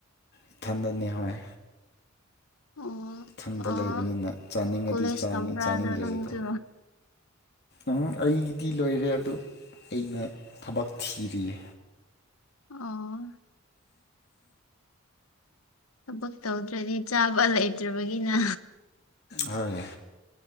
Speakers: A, on the left (about 50°); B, on the left (about 85°).
A: ꯏꯊꯟꯗꯅꯤ ꯍꯣꯏ
B: ꯑꯣ
A: ꯏꯊꯟꯗ
B: ꯑꯣ
A: ꯂꯩꯕꯅꯤꯅ ꯆꯥꯅꯤꯡꯉꯗꯤ
B: ꯀꯣꯂꯦꯖ
A: ꯆꯥꯅꯤ
B: ꯇꯝꯕ꯭ꯔꯥ
A: ꯆꯥꯅꯤꯡꯗꯔꯤꯗꯣ
B: ꯑꯗꯣ ꯅꯪꯁꯨ
A: ꯎꯝ ꯑꯩꯒꯤꯗꯤ ꯂꯣꯏꯔꯦ ꯑꯗꯨ ꯑꯩꯅ ꯊꯕꯛ ꯊꯤꯔꯤꯌꯦ
B: ꯑ ꯊꯕꯛ ꯇꯧꯗ꯭ꯔꯗꯤ ꯆꯥꯕ ꯂꯩꯇ꯭ꯔꯕꯒꯤꯅ
A: ꯍꯣꯏ